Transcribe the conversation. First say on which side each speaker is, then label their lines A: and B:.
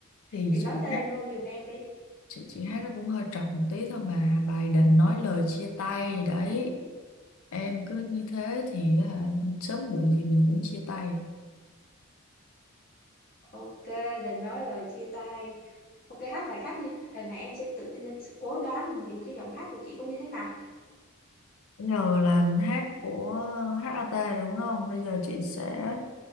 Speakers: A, on the left; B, on the left.
A: thì
B: chị
A: chị
B: nói tên
A: hát
B: luôn giùm em đi
A: chị chị hát nó cũng hơi trật một tí thôi mà bài đành nói lời chia tay đấy em cứ như thế thì à, sớm muộn gì mình cũng chia tay
B: ok đừng nói lời chia tay ok hát bài khác đi lần này em sẽ tự tin em sẽ cố đoán mặc dù cái giọng hát của chị có như thế nào
A: bây giờ là hát của HAT đúng không bây giờ chị sẽ